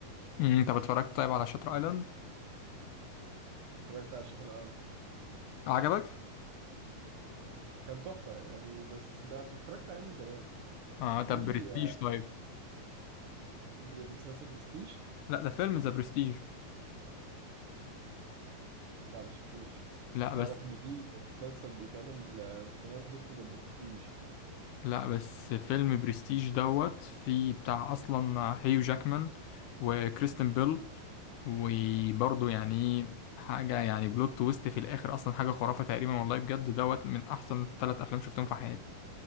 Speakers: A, on the left; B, on the right.
A: امم، انت اتفرجت طيب على شاتر ايلاند
B: اتفرجت على شاتر ايلاند
A: عجبك
B: كان تحفه يعني بس ده ده اتفرجت عليه من زمان
A: اه طب
B: في
A: برستيج
B: آه،
A: طيب
B: بر- مسلسل برستيج
A: لا ده فيلم ذا برستيج
B: لا ما شفتوش
A: لا
B: انا
A: بس
B: اعرف ان في مسلسل بيتعمل آه، السنه دي اسمه ذا برستيج
A: لا بس فيلم برستيج دوت في بتاع اصلا هيو جاكمان وكريستن بيل وبرضه يعني إيه حاجه يعني بلوت تويست في الاخر اصلا حاجه خرافه تقريبا والله بجد دوت من احسن ثلاث افلام شفتهم في حياتي